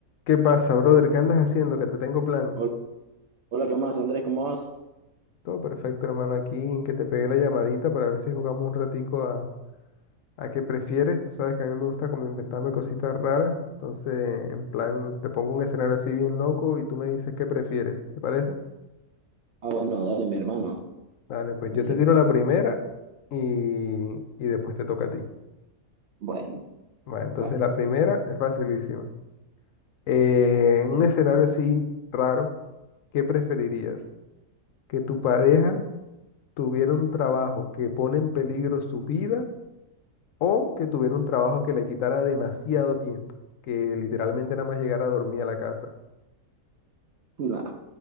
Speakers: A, on the left (about 70°); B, on the right (about 60°).
A: ¿Qué pasa, brother? ¿Qué andas haciendo? Que te tengo plan.
B: Hola, hola, ¿qué más, Andrés? ¿Cómo vas?
A: Todo perfecto, hermano. Aquí en que te pegué la llamadita para ver si jugamos un ratico a, a qué prefieres. Tú sabes que a mí me gusta como inventarme cositas raras. Entonces, en plan, te pongo un escenario así bien loco y tú me dices qué prefieres. ¿Te parece?
B: Ah, bueno, dale, mi hermano.
A: Dale, pues
B: Dice,
A: yo te tiro la primera y, y después te toca a ti.
B: Bueno,
A: Bueno, entonces
B: vale.
A: la primera es facilísima. Eh, en un escenario así raro, ¿qué preferirías? ¿Que tu pareja tuviera un trabajo que pone en peligro su vida o que tuviera un trabajo que le quitara demasiado tiempo, que literalmente nada más llegara a dormir a la casa.
B: No,